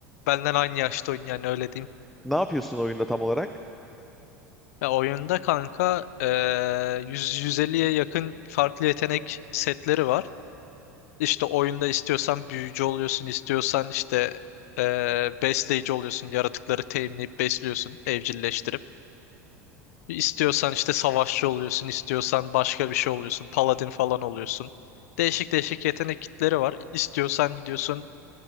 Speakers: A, on the left; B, in the centre.
A: Benden aynı yaşta oyun yani öyle diyeyim.
B: Ne yapıyorsun oyunda tam olarak?
A: Ya oyunda kanka eee 100 150'ye yakın farklı yetenek setleri var. İşte oyunda istiyorsan büyücü oluyorsun, istiyorsan işte eee, besleyici oluyorsun, yaratıkları teminleyip besliyorsun, evcilleştirip. İstiyorsan işte savaşçı oluyorsun, istiyorsan başka bir şey oluyorsun, paladin falan oluyorsun. Değişik değişik yetenek kitleri var. İstiyorsan gidiyorsun